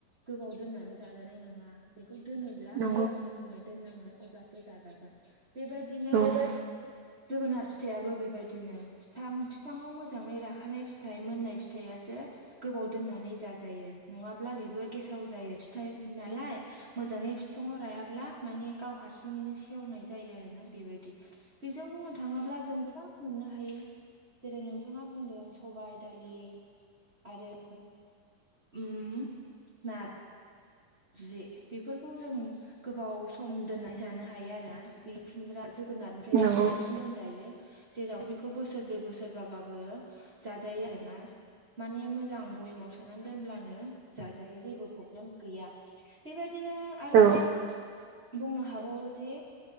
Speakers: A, on the right (about 45°); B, on the right (about 75°).
A: गोबाव दोननानै जाजानाय नङा बेखौ दोनोब्ला
B: नंगौ
A: मोजां रोम खोमै दोननांगोन अब्लासो जाजागोन बेबायदिनो
B: औ औ <inaudible>
A: जोगोनार फिथाइयाबो बेबायदिनो बिफां बिफाङाव मोजाङै राखानाय फिथाइ मोननाय फिथाइआसो गोबाव दोननानै जाजायो नङाब्ला बेबो गेसाव जायो फिथाइ नालाय मोजाङै बिफाङाव रायाब्ला माने गाव हारसिङैनो सेवनाय जायो आरोना बेबायदि बेजों बुंनो थाङोब्ला जों गोबां मोननो हायो जेरै नोंथाङा बुंदों सबायाइ दालि आरो ओम नार जे बेफोरखौ जों गोबाव सम दोननाय जानो हायो आरो बे खुमब्रा जो गोनारनिफ्रायबो
B: नंगौ
A: गोबावसो होनजायो। जेराव बेखौ बोसोरब्रै बोसोरबाबाबो जाजायो आरोना‌। माने मोजां भयेमाव सोनानै दोनब्लानो जाजायो जेबो प्रब्लेम गैया।। बेबायदिनो आरोबाव
B: औ
A: बुंनो हाबावोदि